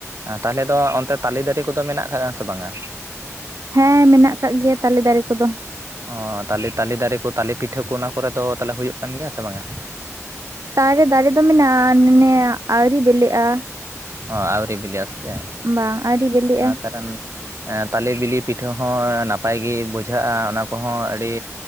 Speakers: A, on the right (about 60°); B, on the right (about 80°).
A: ᱛᱟᱦᱚᱞᱮ ᱫᱚ ᱚᱱᱛᱮ ᱛᱟᱞᱮ ᱫᱟᱨᱮ ᱠᱚᱫᱚ ᱢᱮᱱᱟᱜ ᱟᱠᱟᱜᱼᱟ ᱥᱮ ᱵᱟᱝ-ᱟ
B: ᱦᱮᱸ ᱢᱮᱱᱟᱜ ᱟᱠᱟᱜ ᱜᱮᱭᱟ ᱛᱟᱞᱮ ᱫᱟᱨᱮ ᱠᱚᱫᱚ
A: ᱚᱻ ᱛᱟᱞᱮ ᱛᱟᱞᱮ ᱫᱟᱨᱮᱹ ᱠᱚ ᱛᱟᱞᱮ ᱯᱤᱴᱷᱟᱹ ᱠᱚ ᱚᱱᱟ ᱠᱚᱨᱮ ᱫᱚ ᱛᱟᱦᱚᱞᱮ ᱦᱩᱭᱩᱜᱹ ᱠᱟᱱ ᱜᱮᱭᱟ ᱥᱮ ᱵᱟᱝ ᱟ
B: ᱛᱟᱨᱮ ᱫᱟᱨᱮ ᱫᱚ ᱢᱮᱱᱟᱜ-ᱟ ᱟᱱᱮ ᱟᱹᱣᱨᱤ ᱵᱤᱞᱤᱜ-ᱟ᱾
A: ᱦᱚᱸ ᱟᱹᱣᱨᱤ ᱵᱤᱞᱤ ᱟᱥ ᱦᱚ
B: ᱵᱟᱝ ᱟᱹᱣᱨᱤ ᱵᱮᱞᱮᱜᱼᱟ
A: ᱠᱟᱨᱚᱱ ᱦᱮ ᱛᱟᱞᱮ ᱵᱤᱞᱤ ᱯᱤᱴᱷᱟᱹ ᱦᱚᱸ ᱱᱟᱯᱟᱭ ᱜᱮ ᱵᱩᱡᱷᱟᱹᱜ-ᱟ ᱚᱱᱟ ᱠᱚᱦᱚᱸ ᱟᱹᱰᱤ